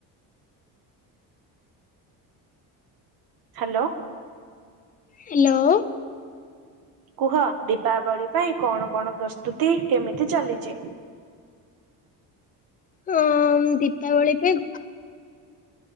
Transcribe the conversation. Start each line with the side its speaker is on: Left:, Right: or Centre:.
Right: ହାଲୋ।
Left: ହ୍ୟାଲୋ।
Right: କୁହ ଦୀପାବଳି ପାଇଁ କଣ, କଣ ପ୍ରସ୍ତୁତି କେମିତି ଚାଲିଚି?
Left: ହଁ ଦୀପାବଳି ପେଇଁ